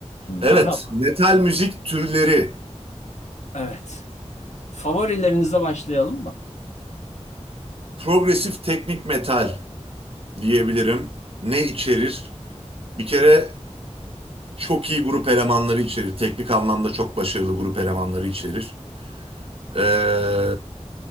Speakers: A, on the left (about 75°); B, on the right (about 55°).
A: Merhaba.
B: Evet, metal müzik türleri.
A: Evet. Favorilerinizle başlayalım mı?
B: Progresif teknik metal diyebilirim. Ne içerir? Bir kere çok iyi grup elemanları içerir. Teknik anlamda çok başarılı grup elemanları içerir. Ee,